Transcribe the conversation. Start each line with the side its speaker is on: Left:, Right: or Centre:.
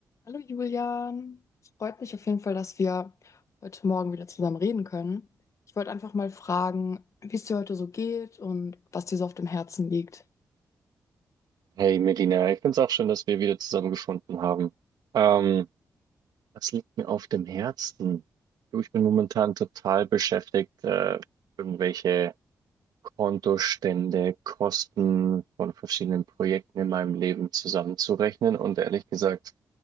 Left: Hallo Julian, es freut mich auf jeden Fall, dass wir heute Morgen wieder zusammen reden können. Ich wollte einfach mal fragen, wie es dir heute so geht und was dir so auf dem Herzen liegt.
Right: Hey Melina, ich finde es auch schön, dass wir wieder zusammengefunden haben. Ähm, was liegt mir auf dem Herzen? Du, ich bin momentan total beschäftigt, äh, irgendwelche Kontostände, Kosten von verschiedenen Projekten in meinem Leben zusammenzurechnen. Und ehrlich gesagt,